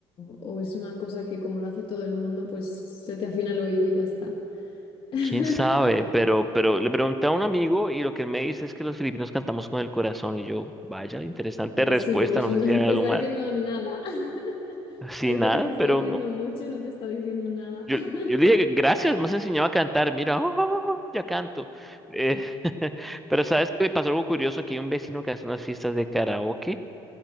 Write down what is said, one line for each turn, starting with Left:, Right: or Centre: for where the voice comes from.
Left: o es una cosa que como lo hace todo el mundo, pues se te afina el oído y ya está. <laughs>
Centre: ¿Quién sabe? Pero, pero le pregunté a un amigo y lo que él me dice es que los filipinos cantamos con el corazón y yo, vaya, interesante
Left: Así
Centre: respuesta,
Left: que no es
Centre: no
Left: un-
Centre: sé
Left: <laughs>
Centre: si hay algo
Left: te está
Centre: más,
Left: diciendo nada. <laughs>
Centre: así
Left: Parece
Centre: nada,
Left: que te está
Centre: pero
Left: diciendo
Centre: no.
Left: mucho y no te está diciendo nada.
Centre: Yo,
Left: <laughs>
Centre: yo le dije, gracias, me has enseñado a cantar, mira, <laughs> oh, oh, oh, ya canto. Eh, <laughs> pero sabes que me pasó algo curioso, aquí hay un vecino que hace unas fiestas de karaoke